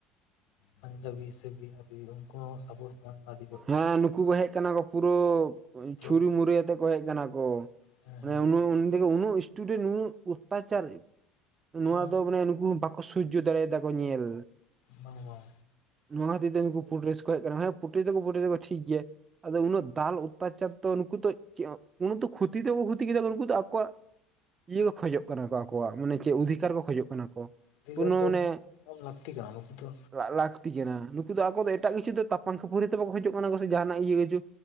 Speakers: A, on the left; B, on the right.
A: ᱯᱟᱧᱡᱟᱵᱤ ᱥᱮ ᱵᱤᱦᱟᱨᱤ ᱩᱱ ᱦᱚᱸ ᱥᱟᱯᱳᱴ ᱠᱚ ᱮᱢ ᱮᱫᱟ ᱟᱹᱰᱤ ᱡᱳᱨ ᱜᱮ
B: ᱦᱮᱸ ᱱᱩᱠᱩ ᱦᱮᱡ ᱠᱟᱱᱟ ᱠᱚ᱾ ᱯᱩᱨᱟᱹ
A: ᱛᱚ
B: ᱪᱷᱩᱨᱤ ᱢᱩᱨᱟᱹᱭ ᱟᱛᱮ ᱠᱚ ᱦᱮᱡ ᱠᱟᱱᱟ ᱠᱚ᱾
A: ᱦᱮᱸ
B: ᱢᱟᱱᱮ
A: ᱦᱮᱸ
B: ᱩᱱᱟᱹᱜ ᱩᱱ ᱫᱤᱱ ᱩᱱᱟᱹᱜ ᱥᱴᱩᱰᱮᱱᱴ ᱩᱱᱟᱹᱜ ᱚᱛᱛᱟᱪᱟᱨ ᱱᱚᱣᱟ
A: ᱦᱮᱸ
B: ᱫᱚ ᱢᱟᱱᱮ ᱱᱩᱠᱩ ᱦᱚᱸ ᱵᱟᱠᱚ ᱥᱚᱡᱡᱚ ᱫᱟᱲᱮᱭᱟᱫᱟ ᱠᱚ ᱧᱮᱞ
A: ᱵᱟᱝ ᱵᱟᱝ
B: ᱱᱚᱣᱟ ᱠᱷᱟᱹᱤᱨ ᱛᱮ ᱱᱩᱠᱩ ᱯᱷᱩᱰᱨᱮᱥ ᱠᱚ ᱦᱮᱡ ᱠᱟᱱᱟ᱾ ᱦᱮᱸ ᱯᱩᱴᱨᱤ ᱫᱚᱠᱚ ᱯᱩᱴᱨᱤᱫᱟᱠᱚ ᱴᱷᱤᱠ ᱜᱮᱭᱟ᱾ ᱟᱫᱚ ᱩᱱᱟᱹᱜ ᱫᱟᱞ ᱚᱛᱛᱟᱪᱟᱨ ᱫᱚ ᱱᱠᱩ ᱫᱚ ᱪᱮᱜ ᱟᱜ ᱩᱱ ᱫᱚ ᱠᱷᱚᱛᱤ ᱫᱚ ᱠᱷᱚᱛᱤ ᱠᱮᱫᱟ ᱠᱚ᱾ ᱩᱱᱠᱩ ᱫᱚ ᱟᱠᱚᱣᱟᱜ ᱤᱭᱟᱹ ᱠᱷᱚᱡᱚᱜ ᱠᱟᱱᱟ ᱠᱚ ᱟᱠᱚᱣᱟᱜ ᱢᱟᱱᱮ ᱪᱚ ᱚᱫᱷᱤᱠᱟᱨ ᱠᱚ ᱠᱷᱚᱡᱚᱜ ᱠᱟᱱᱟ ᱠᱚ᱾
A: ᱚᱫᱷᱤᱠᱟᱨ
B: ᱠᱳᱱᱳ
A: ᱫᱚ
B: ᱢᱟᱱᱮ
A: ᱮᱢ ᱞᱟᱹᱠᱛᱤ ᱠᱟᱱᱟ ᱱᱩᱠᱩ ᱫᱚ
B: ᱞᱟᱜ ᱞᱟᱹᱠᱛᱤ ᱠᱟᱱᱟ᱾ ᱱᱩᱠᱩ ᱫᱚ ᱟᱠᱚ ᱫᱚ ᱮᱴᱟᱜ ᱠᱤᱪᱷᱩ ᱫᱚ ᱛᱟᱯᱟᱱ ᱠᱷᱟᱹᱯᱟᱹᱨᱤ ᱛᱮ ᱵᱟᱠᱚ ᱠᱷᱚᱡᱚᱜ ᱠᱟᱱᱟ ᱠᱚ ᱥᱮ ᱡᱟᱦᱟᱱᱟᱜ ᱤᱭᱟᱹ ᱠᱤᱪᱩ